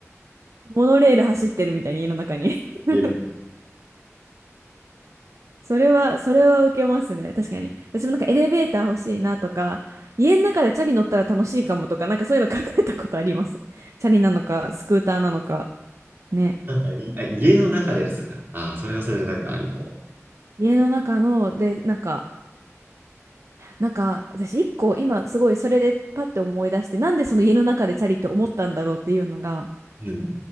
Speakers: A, on the right (about 70°); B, on the right (about 45°).
A: モノレール走ってるみたいに家の中に <laughs>
B: 家の、
A: それは、それは受けますね。確かに。私もなんかエレベーター欲しいなとか、家の中でチャリ乗ったら楽しいかもとか、なんかそういうの考えたことあります。<laughs> チャリなのか、スクーターなのか。ね。
B: なんかいあ家の中でですか。ああ、それはそれでなんかありかも。
A: 家の中の、で、なんか、なんか、私一個今すごいそれでパッて思い出して、なんでその家の中でチャリって思ったんだろうっていうのが、
B: うん、